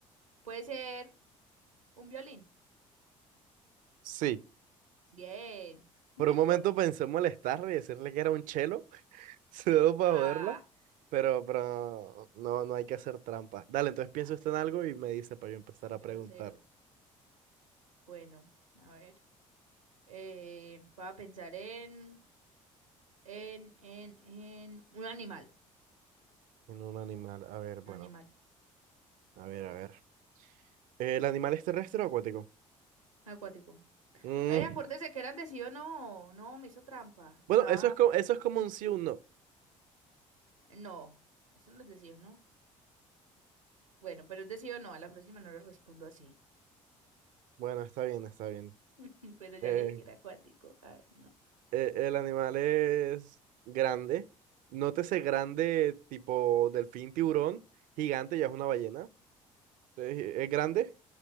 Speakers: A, on the right; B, on the right.
A: puede ser un violín.
B: sí.
A: Bien.
B: Por
A: <laughs>
B: un momento pensé en molestarle y decirle que era un chelo, <laughs> solo para
A: Ah,
B: joderla. Pero, pero no, no hay que hacer trampa. Dale, entonces piensa
A: ay,
B: usted en
A: sí,
B: algo y me dice para yo empezar
A: qué
B: a
A: grosero.
B: preguntar.
A: Bueno, a ver. Eh, voy a pensar en, en, en, en un animal.
B: En un animal, a ver, bueno,
A: Un animal
B: a ver, a ver. ¿El animal es terrestre o acuático?
A: acuático.
B: Mm,
A: Ay, acuérdese que eran de sí o no. No, me hizo trampa.
B: Bueno,
A: Estaba.
B: eso es como, eso es como un sí o un no.
A: No, eso no es de sí o no. Bueno, pero es de sí o no. A la próxima no le respondo así.
B: Bueno, está bien, está bien.
A: <laughs> Pero ya
B: Eh,
A: le dije que era acuático. Ay, no.
B: eh, el animal es grande. Nótese grande, tipo delfín, tiburón, gigante, ya es una ballena. Entonces, ¿es grande?